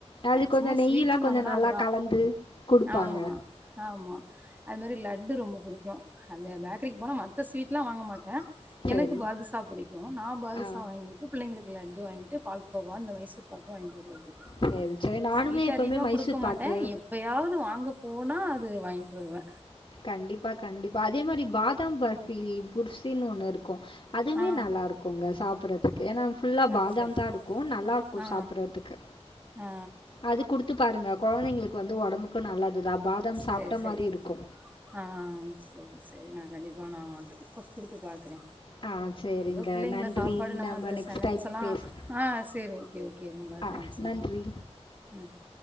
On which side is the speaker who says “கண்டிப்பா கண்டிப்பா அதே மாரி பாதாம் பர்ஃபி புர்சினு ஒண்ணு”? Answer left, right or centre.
Left